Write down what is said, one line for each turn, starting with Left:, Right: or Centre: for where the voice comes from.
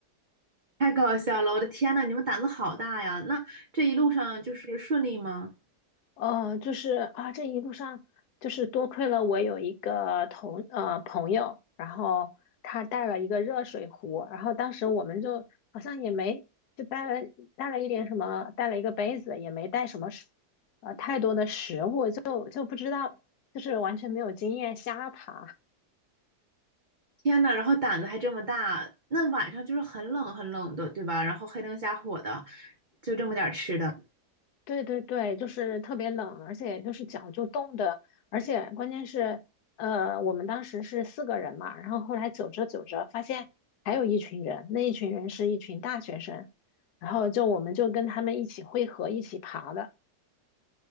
Right: 太搞笑了！我的天呐，你们胆子好大呀！那这一路上就是顺利吗？
Left: 呃，就是啊，这一路上就是多亏了我有一个同呃朋友，然后他带了一个热水壶，然后当时我们就好像也没就带了带了一点什么，带了一个杯子，也没带什么食呃太多的食物，就就不知道，就是完全没有经验，瞎爬。
Right: 天呐，然后胆子还这么大，那晚上就是很冷很冷的，对吧？然后黑灯瞎火的，就这么点儿吃的。
Left: 对对对，就是特别冷，而且就是脚就冻的，而且关键是，呃，我们当时是四个人嘛，然后后来走着走着发现还有一群人，那一群人是一群大学生，然后就我们就跟他们一起汇合，一起爬的。